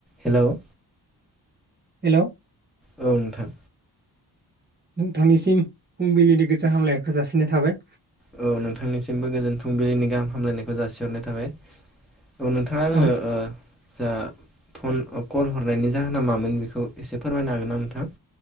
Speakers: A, in the centre; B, on the right.
A: Hello
B: hello
A: औ नोंथां
B: नोंथांनिसिम फुंबिलिनि गोजोन हामलायखौ जासिनाय थाबाय।
A: औ नोंथांनिसिमबो गोजोन फुंबिलिनि गाहाम हामलायनायखौ जासिहरनाय थाबाय। औ नोंथाङा आंनो
B: औ
A: ओ जा फन कल हरनायनि जाहोना मामोन बेखौ एसे फोरमायनो हागोन ना नोंथां?